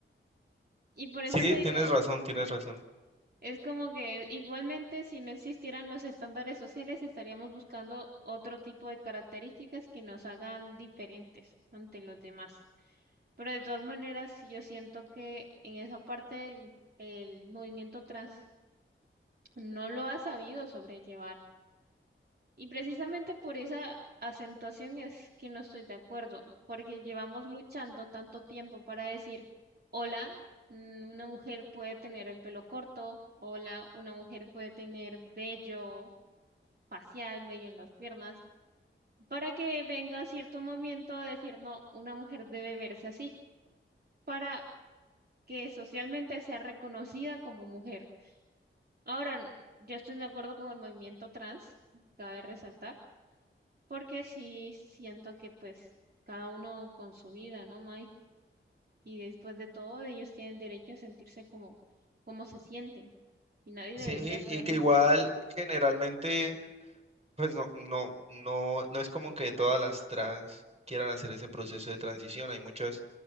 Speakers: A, on the right; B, on the right.
A: Y por eso
B: Sí,
A: te digo,
B: tienes razón, tienes razón.
A: es como que igualmente si no existieran los estándares sociales, estaríamos buscando otro tipo de características que nos hagan diferentes ante los demás. Pero de todas maneras, sí, yo siento que en esa parte el, el movimiento trans no lo ha sabido sobrellevar. Y precisamente por esa acentuación es que no estoy de acuerdo, porque llevamos luchando tanto tiempo para decir, hola, mm, una mujer puede tener el pelo corto, hola, una mujer puede tener vello facial, vello en las piernas, para que venga cierto movimiento de decir, no, una mujer debe verse así. para que socialmente sea reconocida como mujer. Ahora, n- yo estoy de acuerdo con el movimiento trans, cabe resaltar, porque sí siento que pues cada uno con su vida, ¿no, May? Y después de todo, ellos tienen derecho a sentirse como, como se sienten y nadie
B: Sí,
A: debería poder
B: y que
A: decir
B: igual
A: sobre ello.
B: generalmente, pues no, no, no, no es como que todas las trans quieran hacer ese proceso de transición. Hay muchas